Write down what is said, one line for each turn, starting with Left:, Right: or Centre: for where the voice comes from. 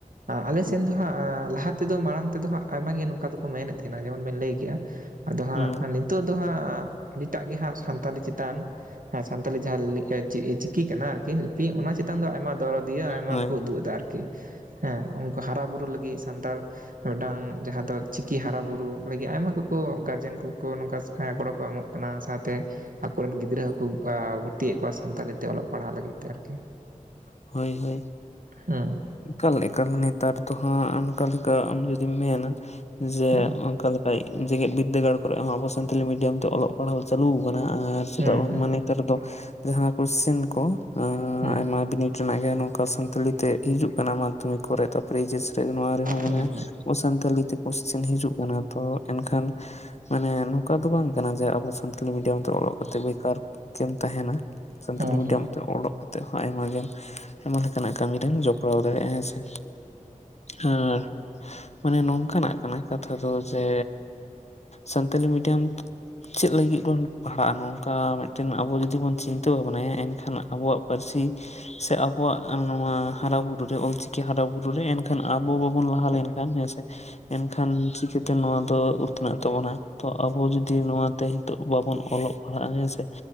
Right: ᱟᱞᱮ ᱥᱮᱱ ᱫᱚ ᱦᱟᱸᱜ ᱼᱼ ᱞᱟᱦᱟ ᱛᱮ ᱫᱚ ᱢᱟᱲᱟᱝ ᱛᱮ ᱫᱚ ᱦᱟᱸᱜ ᱟᱭᱢᱟ ᱜᱮ ᱱᱚᱝᱠᱟ ᱫᱚ ᱠᱚ ᱢᱮᱱᱮᱫ ᱛᱟᱦᱮᱱᱟ ᱡᱮᱢᱚᱱ ᱵᱮᱱ ᱞᱟᱹᱭ ᱠᱮᱜ-ᱟ ᱟᱫᱚ ᱦᱟᱸᱜ
Left: ᱦᱩᱸ
Right: ᱼᱼ ᱱᱤᱛᱚᱜ ᱫᱚ ᱦᱟᱸᱜ ᱟᱹᱰᱤ ᱴᱟᱜ ᱜᱮ ᱦᱟᱸᱜ ᱥᱟᱱᱛᱟᱞᱤ ᱪᱮᱛᱟᱱ ᱼᱼ ᱦᱮᱸ ᱥᱟᱱᱛᱟᱞᱤ ᱡᱟᱦᱟᱸ <unintelligible> ᱪᱤᱠᱤ ᱠᱟᱱᱟ ᱟᱨᱠᱤᱼᱼ <unintelligible> ᱞᱤᱯᱤ ᱚᱱᱟ ᱪᱮᱛᱟᱱ ᱫᱚ ᱟᱭᱢᱟ ᱫᱚᱨᱚᱫᱤᱭᱟᱹ ᱟᱭᱢᱟ
Left: ᱦᱳᱭ
Right: ᱠᱚ ᱩᱫᱩᱜ ᱮᱫᱟ ᱟᱨᱠᱤ ᱾ ᱦᱮᱸ ᱩᱱᱠᱩ ᱦᱟᱨᱟ ᱵᱩᱨᱩ ᱞᱟᱹᱜᱤᱫ ᱥᱟᱱᱛᱟᱲ ᱢᱤᱫ ᱴᱟᱝ ᱡᱟᱦᱟᱸ ᱫᱚ ᱪᱤᱠᱤ ᱦᱟᱨᱟ ᱵᱩᱨᱩ ᱾ <unintelligible> ᱞᱟᱹᱜᱤᱫ ᱟᱭᱢᱟ ᱠᱚ ᱠᱚ ᱜᱟᱨᱡᱮᱱ ᱠᱚ ᱠᱚ ᱱᱚᱝᱠᱟ ᱜᱚᱲᱚ ᱠᱚ ᱮᱢᱚᱜ ᱠᱟᱱᱟ ᱥᱟᱶ ᱛᱮ ᱼᱼ ᱟᱠᱚ ᱨᱮᱱ ᱜᱤᱫᱽᱨᱟᱹ ᱦᱚᱸ ᱠᱚ ᱵᱷᱚᱨᱛᱤᱭ ᱮᱫ ᱠᱚᱣᱟ ᱥᱟᱱᱛᱟᱞᱤ ᱛᱮ ᱚᱞᱚᱜ ᱯᱟᱲᱦᱟᱜ ᱞᱟᱹᱜᱤᱫ ᱛᱮ ᱟᱨᱠᱤ ᱾
Left: ᱦᱳᱭ ᱦᱳᱭ
Right: ᱦᱩᱸ
Left: ᱮᱠᱟᱞ ᱮᱠᱟᱞ ᱱᱮᱛᱟᱨ ᱫᱚ ᱦᱟᱸᱜ ᱚᱱᱠᱟ ᱞᱮᱠᱟ ᱟᱢ ᱡᱩᱫᱤᱢ ᱢᱮᱱᱟ ᱡᱮ
Right: ᱦᱮᱸ
Left: ᱚᱱᱠᱟ ᱞᱮᱠᱟ ᱼᱼ ᱡᱮᱜᱮᱛ ᱵᱤᱫᱽᱫᱟᱹᱜᱟᱲ ᱠᱚ ᱨᱮ ᱦᱚᱸ ᱟᱵᱚ ᱥᱟᱱᱛᱟᱞᱤ ᱢᱤᱰᱤᱭᱟᱢ ᱛᱮ ᱚᱞᱚᱜ ᱯᱟᱲᱦᱟᱣ ᱪᱟᱹᱞᱩ ᱟᱠᱟᱱᱟ ᱟᱨ ᱪᱮᱫᱟᱜ
Right: ᱦᱮᱸ
Left: ᱵᱟᱝ
Right: ᱦᱮᱸ
Left: ᱢᱟᱱᱮ ᱼᱼ ᱱᱮᱛᱟᱨ ᱫᱚ ᱡᱟᱦᱟᱸ ᱠᱚᱥᱪᱮᱱ ᱠᱚ
Right: ᱦᱮᱸ
Left: ᱟᱭᱢᱟ ᱵᱤᱱᱤᱰ ᱨᱮᱱᱟᱜ ᱜᱮ ᱱᱚᱝᱠᱟ ᱥᱟᱱᱛᱟᱲᱤ ᱛᱮ ᱼᱼ ᱦᱤᱡᱩᱜ ᱠᱟᱱᱟ ᱢᱟᱫᱽᱫᱷᱚᱢᱤᱠ ᱠᱚ ᱨᱮ ᱛᱟᱨᱯᱚᱨᱮ ᱮᱭᱤᱪᱮᱥ ᱨᱮ ᱱᱚᱣᱟ ᱨᱮ ᱦᱚᱸ
Right: ᱦᱮᱸ
Left: ᱟᱱᱮ ᱟᱵᱚ ᱥᱟᱱᱛᱟᱞᱤ ᱛᱮ ᱼᱼ ᱠᱚᱥᱪᱮᱱ ᱦᱤᱡᱩᱜ ᱠᱟᱱᱟ ᱛᱚ ᱮᱱᱠᱷᱟᱱ ᱼᱼ ᱢᱟᱱᱮ ᱱᱚᱝᱠᱟ ᱫᱚ ᱵᱟᱝ ᱠᱟᱱᱟ ᱡᱮ ᱟᱵᱚ ᱥᱟᱱᱛᱟᱞᱤ ᱢᱤᱰᱤᱭᱟᱢ ᱛᱮ ᱚᱞᱚᱜ ᱠᱟᱛᱮ ᱵᱮᱠᱟᱨ ᱜᱮᱢ ᱛᱟᱦᱮᱱᱟ ᱾ ᱥᱟᱱᱛᱟᱞᱤ
Right: ᱦᱮᱸ ᱦᱮᱸ ᱦᱮᱸ ᱦᱮᱸ ᱦᱮᱸ ᱦᱮᱸ
Left: ᱢᱤᱰᱤᱭᱟᱢ
Right: ᱦᱮᱸ ᱦᱮᱸ ᱦᱮᱸ ᱦᱮᱸ ᱦᱮᱸ ᱦᱮᱸ ᱦᱮᱸ ᱦᱮᱸ ᱦᱮᱸ ᱦᱮᱸ ᱦᱮᱸ ᱦᱮᱸ
Left: ᱛᱮ ᱚᱞᱚᱜ ᱠᱟᱛᱮᱜ ᱦᱚᱸ ᱟᱭᱢᱟ ᱜᱮ ᱟᱭᱢᱟ ᱞᱮᱠᱟᱱᱟᱜ ᱠᱟᱹᱢᱤ ᱨᱮᱢ ᱡᱚᱯᱲᱟᱣ ᱫᱟᱲᱮᱭᱟᱜ-ᱟ ᱦᱮᱸ ᱥᱮᱼᱼ ᱦᱮᱸ ᱢᱟᱱᱮ ᱱᱚᱝᱠᱟᱱᱟᱜ ᱠᱟᱱᱟ ᱠᱟᱛᱷᱟ ᱫᱚ ᱡᱮ ᱥᱟᱱᱛᱟᱞᱤ ᱢᱤᱰᱤᱭᱟᱢᱼᱼ ᱪᱮᱫ ᱞᱟᱹᱜᱤᱫ ᱵᱚᱱ ᱯᱟᱲᱦᱟᱜᱼᱟ ᱱᱚᱝᱠᱟ ᱢᱤᱫᱴᱮᱱ ᱟᱵᱚ ᱡᱩᱫᱤ ᱵᱚᱱ ᱪᱤᱱᱛᱟᱹ ᱵᱷᱟᱵᱱᱟᱭᱟ ᱮᱱᱠᱷᱟᱱ ᱟᱵᱚᱣᱟᱜ ᱯᱟᱹᱨᱥᱤᱼᱼ ᱥᱮ ᱟᱵᱚᱣᱟᱜ ᱱᱚᱣᱟ ᱼᱼ ᱦᱟᱨᱟ ᱵᱩᱨᱩ ᱨᱮ ᱚᱞ ᱪᱤᱠᱤ ᱦᱟᱨᱟ ᱵᱩᱨᱩ ᱨᱮ ᱮᱱᱠᱷᱟᱱ ᱟᱵᱚ ᱵᱟᱵᱚᱱ ᱞᱟᱦᱟ ᱞᱮᱱ ᱠᱷᱟᱱ ᱦᱮᱸ ᱥᱮ ᱾ ᱮᱱᱠᱷᱟᱱ ᱪᱤᱠᱟᱹ ᱛᱮ ᱱᱚᱣᱟ ᱫᱚ ᱩᱛᱱᱟᱹᱜ ᱛᱟᱵᱚᱱᱟ ᱛᱚ ᱟᱵᱚ ᱡᱩᱫᱤ ᱱᱚᱣᱟ ᱛᱮ ᱼᱼ ᱱᱤᱛᱚᱜ ᱵᱟᱵᱚᱱ ᱚᱞᱚᱜ ᱯᱟᱲᱦᱟᱜ-ᱟ ᱦᱮᱸ ᱥᱮ